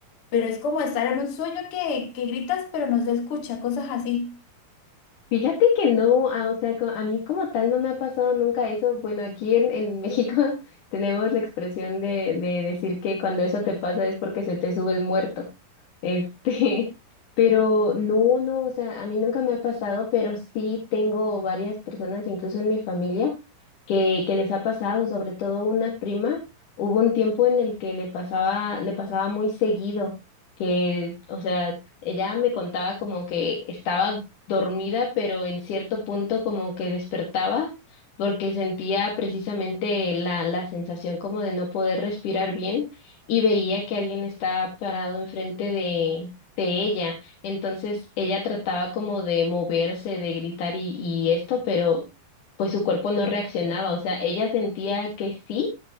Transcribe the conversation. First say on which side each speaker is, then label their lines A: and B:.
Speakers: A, on the left; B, on the left.
A: pero es como estar en un sueño que, que gritas pero no se escucha, cosas así.
B: Fíjate que no, ah, o sea, co- a mí como tal no me ha pasado nunca eso. Bueno, aquí en, en México <laughs> tenemos la expresión de, de decir que cuando eso te pasa es porque se te sube el muerto. Este, <laughs> pero no, no, o sea, a mí nunca me ha pasado, pero sí tengo varias personas, incluso en mi familia, que, que les ha pasado, sobre todo una prima. Hubo un tiempo en el que le pasaba, le pasaba muy seguido, que, o sea, ella me contaba como que estaba dormida, pero en cierto punto como que despertaba porque sentía precisamente la, la sensación como de no poder respirar bien y veía que alguien estaba parado enfrente de, de ella. Entonces ella trataba como de moverse, de gritar y, y esto, pero pues su cuerpo no reaccionaba. O sea, ella sentía que sí